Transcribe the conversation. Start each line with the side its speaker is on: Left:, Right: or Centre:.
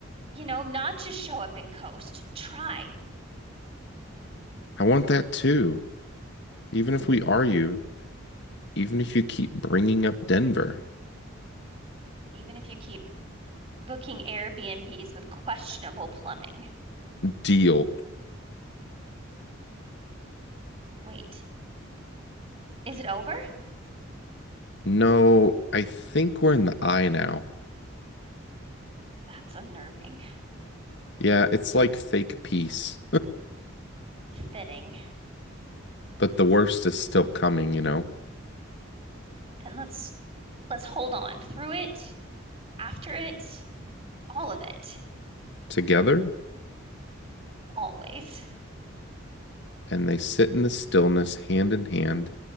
Right: you know, not just show up and coast. Try.
Left: I want that too. Even if we are you, even if you keep bringing up Denver.
Right: Even if you keep booking Airbnbs with questionable plumbing.
Left: Deal.
Right: Wait, is it over?
Left: No, I think we're in the eye now.
Right: That's unnerving.
Left: Yeah, it's like fake peace,
Right: Fitting.
Left: but the worst is still coming, you know.
Right: Then let's let's hold on through it, after it, all of it,
Left: Together?
Right: always.
Left: and they sit in the stillness, hand in hand,